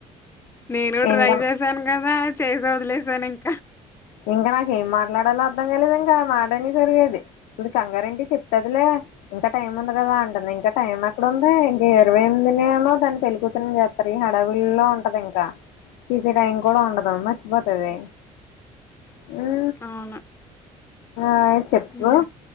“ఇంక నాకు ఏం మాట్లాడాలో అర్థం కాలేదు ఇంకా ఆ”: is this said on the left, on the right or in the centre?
Left